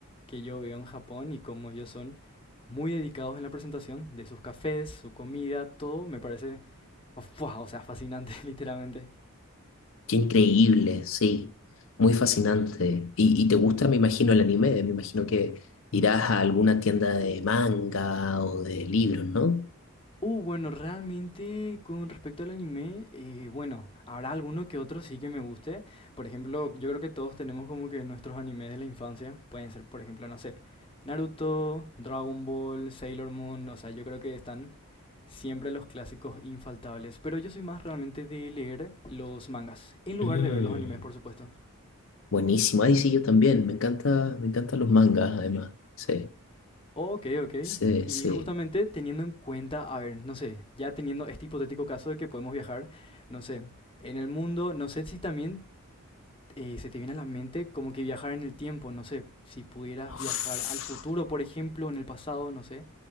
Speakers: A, on the left (about 25°); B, on the left (about 65°).
A: que yo veo en Japón y como ellos son muy dedicados en la presentación de sus cafés, su comida, todo, me parece, oh, ¡fua! o sea, fascinante, <laughs> literalmente.
B: Qué increíble, sí, muy fascinante. Y, y te gusta, me imagino, el anime, me imagino que irás a alguna tienda de manga o de libros, ¿no?
A: Uh, bueno, realmente con respecto al anime, eh, bueno, habrá alguno que otro sí que me guste. Por ejemplo, yo creo que todos tenemos como que nuestros animes de la infancia. Pueden ser, por ejemplo, no sé, Naruto, Dragon Ball, Sailor Moon. O sea, yo creo que están siempre los clásicos infaltables. Pero yo soy más realmente de leer los mangas, en lugar
B: Mm,
A: de ver los animes, por supuesto.
B: buenísimo, ahí sí, yo también, me encanta, me encantan los mangas, además, sí,
A: Ok, ok.
B: sí,
A: Y
B: sí.
A: justamente teniendo en cuenta, a ver, no sé, ya teniendo este hipotético caso de que podemos viajar, no sé, en el mundo, no sé si también eh, se te viene a la mente como que viajar en el tiempo, no sé, si pudieras
B: Uf.
A: viajar al futuro, por ejemplo, en el pasado, no sé,